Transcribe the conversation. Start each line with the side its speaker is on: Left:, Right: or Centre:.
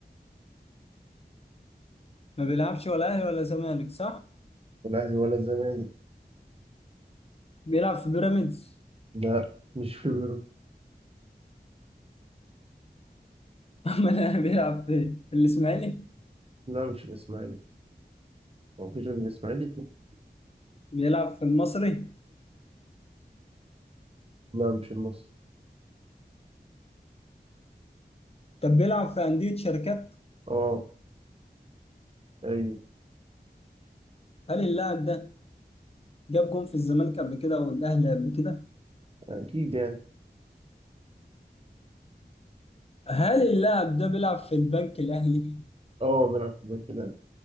Left: ما بيلعبش ولا اهلي ولا زمالك صح؟
Right: ولا اهلي ولا زمالك
Left: بيلعب في بيراميدز
Right: لا مش في بيراميدز
Left: <laughs> امال أنا بيلعب في في الاسماعيلي
Right: لا مش الاسماعيلي هو مفيش غير الاسماعيلي فيه.
Left: بيلعب في المصري
Right: لا مش النصر
Left: طب بيلعب في انديه شركات
Right: اه ايوه
Left: هل اللاعب ده جاب جون في الزمالك قبل كده او الاهلي قبل كده؟
Right: اكيد يعني
Left: هل اللاعب ده بيلعب في البنك الاهلي؟
Right: اه بيلعب في كده